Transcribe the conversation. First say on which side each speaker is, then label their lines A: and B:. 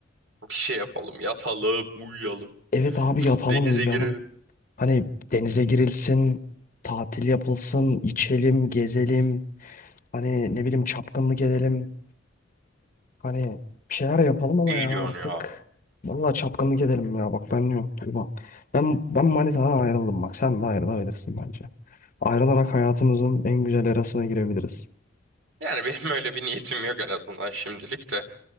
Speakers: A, on the right; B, on the left.
A: Bir şey yapalım. Yatalım, uyuyalım.
B: Evet abi yatalım
A: Denize
B: uyuyalım.
A: girelim.
B: Hani denize girilsin, tatil yapılsın, içelim, gezelim. Hani ne bileyim çapkınlık edelim. Hani bir şeyler yapalım ama
A: İyi
B: ya
A: diyorsun
B: artık.
A: ya.
B: Vallahi çapkınlık edelim ya bak ben diyorum. Tuğba. Ben, ben manitadan ayrıldım bak sen de ayrılabilirsin bence. Ayrılarak hayatımızın en güzel erasına girebiliriz.
A: Yani benim öyle bir niyetim yok en azından şimdilik de.